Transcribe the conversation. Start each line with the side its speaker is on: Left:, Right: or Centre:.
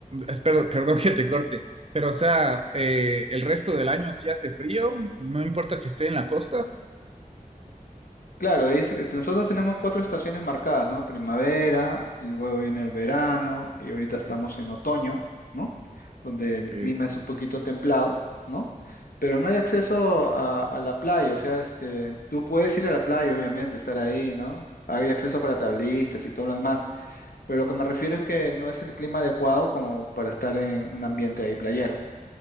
Right: espero, perdón <laughs> que te corte, pero, o sea, eh, el resto del año sí hace frío, no importa que esté en la costa.
Left: Claro, es- es- nosotros tenemos cuatro estaciones marcadas, ¿no? Primavera, luego viene el verano y ahorita estamos en otoño, ¿no? Donde
Right: Ok.
Left: el clima es un poquito templado, ¿no? Pero no hay acceso a, a la playa, o sea, este, tú puedes ir a la playa, obviamente, estar ahí, ¿no? Hay acceso para tablistas y todo lo demás, pero lo que me refiero es que no es el clima adecuado como para estar en un ambiente ahí playero,